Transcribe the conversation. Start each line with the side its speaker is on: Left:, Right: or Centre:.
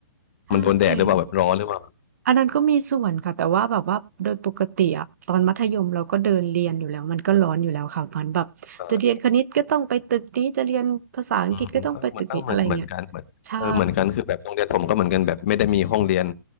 Right: ใช่
Left: มันโดนแดดหรือเปล่าแบบร้อนหรือเปล่า
Right: อันนั้นก็มีส่วนค่ะแต่ว่าแบบว่าโดยปกติอะตอนมัธยมเราก็เดินเรียนอยู่แล้วมันก็ร้อนอยู่แล้วค่ะมันแบบจะเรียนคณิตก็ต้องไปตึกนี้
Left: เออ
Right: จะเรียนภาษาอังกฤษก็ต้องไปตึกนี้อะไรเงี้ย
Left: อืมอืมเออเหมือนเออเหมือนเหมือนกันเหมือนเออเหมือนกันคือแบบโรงเรียนผมก็เหมือนกันแบบไม่ได้มีห้องเรียน
Right: ใช่